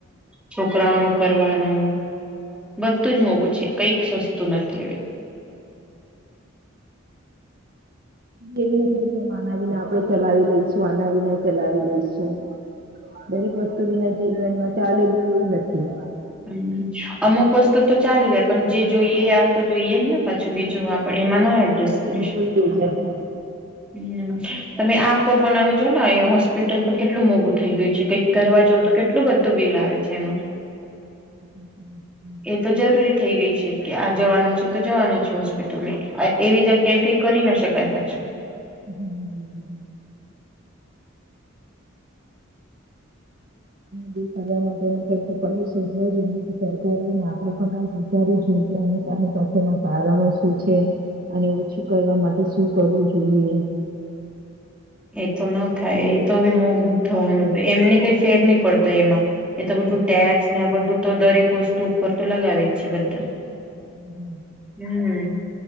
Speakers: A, in the centre; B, on the right.
A: છોકરાઓ ન કરવાનું બધું જ મોંઘું છે કઈક સસ્ તું નથી હવે.
B: એવી નથી કે આના વિના આપડે ચલાવી લઈશું આના વિના ચલાવી લઈશું દરેક વસ્તુ વિના જીવનમાં ચાલેલી એ નથી.
A: હમ અમુક વસ્તુ તો ચાલી જ પણ જે જોઈએ આ તો જોઈએ જ ને પાછું
B: જીવન
A: બીજું
B: જરૂરિયાતની
A: આપ એમાં
B: વસ્તુ
A: ના એડજસ્ટ
B: તો જોઈએ
A: કરીશ
B: ને જોઈએ જ એટલું
A: હમ. તમે આ કો પણ આવીજો ને એ હોસ્પિટલ પણ કેટલું મોગું થઈ ગય છે કઈક કરવા
B: મોંઘું
A: જવ તો
B: થઈ
A: કેટલું
B: ગયું
A: બધું બિલ આવે છે એમાં
B: હ હ
A: એ
B: હમ.
A: તો જરૂરી થઈ ગઈ છે કે આ જવાનું છે તો જવાનું છે હોસ્પિટલમાં એવી જગ્યાએ કઈ કરી ના શકાય. અચ્છા
B: હમ દ કરવા માટે કઈક ઉપડ શોધવા જોઈએ સરકારેને આપડે પણ કઈક વિચારવું જોઈએ કે અનુતાની પાછના કારણો શું છે અને ઓછું કરવા માટે શું કરવું જોઈએ.
A: એ તો ના ખાય. તો બી મોજબૂત થવા બધ એમને ફેર નહી પડતો એમાં એ તો બધું
B: હમ
A: ટેક્સ ને આ બધું તો દરેક વસ્તુ ઉપર તો લગાવે છે બધું
B: મજા આવે છે હ.
A: હમ